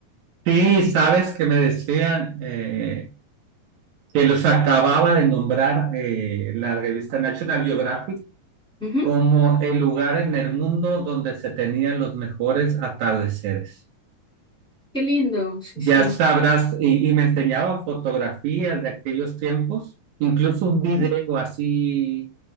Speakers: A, on the right; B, in the centre.
A: Sí, sabes que me decían eh, que los acababa de nombrar eh, la revista National Geographic
B: Ujú,
A: como el lugar en el mundo donde se tenían los mejores atardeceres.
B: Qué lindo, sí,
A: Ya
B: sí.
A: sabrás, y, y me enseñaba fotografías de aquellos tiempos, incluso un video
B: Ujú,
A: así,